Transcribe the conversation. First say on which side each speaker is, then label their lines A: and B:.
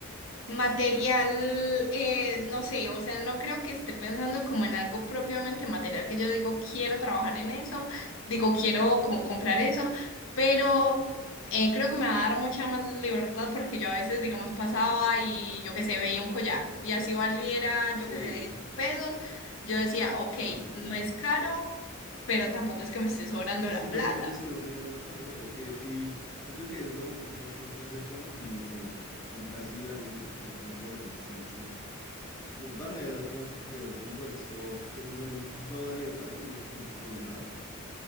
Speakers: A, on the left; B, on the left.
A: Material, eh, no sé, o sea, no creo que esté pensando como en algo propiamente material, que yo digo, quiero trabajar en eso, digo, quiero como comprar eso, pero eh, creo que me va a dar mucha más libertad porque yo a veces, digamos, pasaba y yo que sé, veía un collar y así valiera, yo
B: Sí,
A: que sé, 10 mil pesos, yo decía, ok,
B: no,
A: no
B: no.
A: es caro, pero tampoco es que me esté sobrando
B: Es
A: la
B: que ves,
A: plata.
B: ves que uno no tiene tanta plata, ¿sabes? Pues, Y, y yo creo que eso es lo, lo más que uno puede hacer con, ¿no? Como, como comprar sin miramientos, como compro de verdad, sin, sin, sin preocuparme de verdad como de lo que compro. Eso es un buen, es una buena libertad, ¿no? Uno, que uno se comienza a dar.